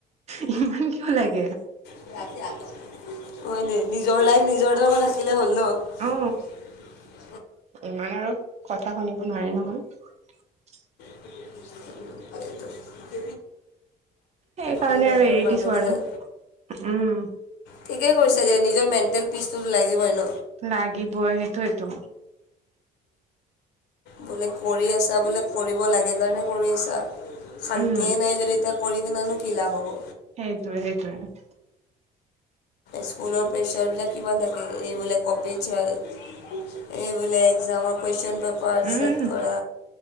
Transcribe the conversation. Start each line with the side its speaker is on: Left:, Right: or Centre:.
Right: ইমান কিয় লাগে?
Left: <unintelligible> হয় দে, নিজৰ লাইফ, নিজৰ লগত ৰাখিলে হ'ল ন'। <inaudible>
Right: অ ইমান আৰু কথা শুনিব নোৱাৰি, নহয়।
Left: <unintelligible> <unintelligible>
Right: সেইকাৰণে
Left: এ, নহয়,
Right: আৰু এৰি
Left: মানুহবিলাক
Right: দিছো আৰু উম
Left: ঠিকেই কৈছে যে, নিজৰ মেণ্টেল পিচটো লাগিবই ন'।
Right: লাগিবই, সেইটোৱেটো।
Left: বোলে, কৰি আছা, বোলে, কৰিব লাগে কাৰণে, কৰি আছা, শান্তিয়ে
Right: উম
Left: নাই যদি এতিয়া কৰি কিনেনো, কি লাভ হ'ব।
Right: সেইটোৱে-সেইটোৱে।
Left: স্কুলৰ প্ৰেচাৰবিলাক কিমান থাকে! এইবিলাক কপি <unintelligible> এই বোলে, একজামৰ কুৱেশ্চন পে পেপাৰ ছেট
Right: উম
Left: কৰা,